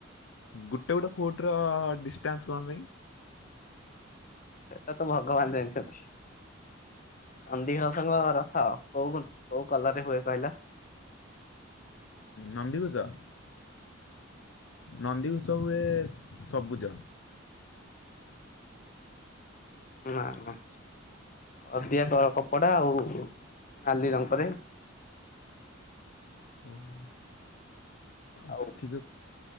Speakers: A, on the left; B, on the left.
A: ଗୋଟେ ଗୋଟେ ଫୋଟ ର ଡିଷ୍ଟାନ୍ସ କଣ ପାଇଁ?
B: ସେଇଟା ତ ଭଗବାନ ଜାଣିଛନ୍ତି। ନନ୍ଦୀ ଘୋଷଙ୍କ ରଥ କୋଉ କୋଉ କଲ ରେ ହୁଏ କହିଲା?
A: ନନ୍ଦୀଘୋଷ ନନ୍ଦୀଘୋଷ ହୁଏ ସବୁଜ।
B: ନା ନା ଅଦିଆ କପଡା ଆଉ ନାଲି ରଙ୍କରେ
A: <unintelligible>
B: ଆଉ